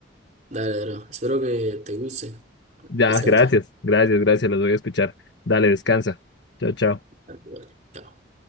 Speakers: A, on the right; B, on the left.
A: Dale, bro. Espero que te guste.
B: Ya,
A: Descansa.
B: gracias, gracias, gracias, los voy a escuchar. Dale, descansa. Chao, chao.
A: Tal cual. Chao.